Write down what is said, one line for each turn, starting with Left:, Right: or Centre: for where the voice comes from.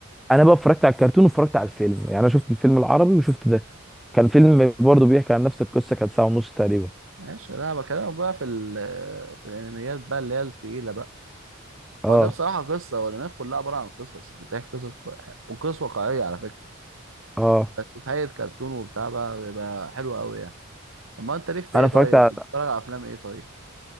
Centre: انا بقى اتفرجت على الكرتون واتفرجت على الفيلم يعني انا شفت الفيلم العربي وشفت ده كان فيلم برضه بيحكي عن نفس القصه كانت ساعه ونص تقريبا
Right: ماشي لا بكلمك بقى في ال... في الانميات بقى اللي هي التقيله بقى
Centre: اه
Right: هو ده بصراحه قصه والانميات كلها عباره عن قصص بتحكي قصص كو- وقصص واقعيه على فكره
Centre: اه
Right: بس في حاجة كرتون وبتاع بقى بيبقى حلو قوي يعني طب ما انت ليك في
Centre: انا
Right: ايه
Centre: اتفرجت
Right: طيب
Centre: على...
Right: بتتفرج على افلام ايه طيب